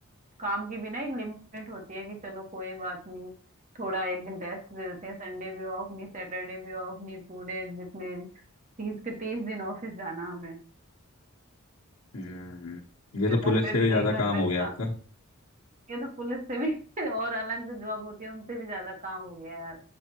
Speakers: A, on the right; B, on the left.
A: काम की भी ना एक लिमिट होती है कि चलो कोई बात नहीं थोड़ा एक दिन रेस्ट दे देते हैं संडे भी ऑफ नहीं सैटरडे भी ऑफ नहीं पूरे जितने तीस के तीस दिन ऑफिस जाना हमें
B: हम्म ये
A: फिर
B: तो
A: घर
B: पुलिस
A: पे
B: से
A: भी
B: भी
A: गए
B: ज्यादा
A: घर
B: काम
A: पे
B: हो
A: भी
B: गया
A: का-
B: आपका
A: ये तो पुलिस से भी <laughs> और अलग जो जॉब होती है उनसे भी ज्यादा काम हो गया है यार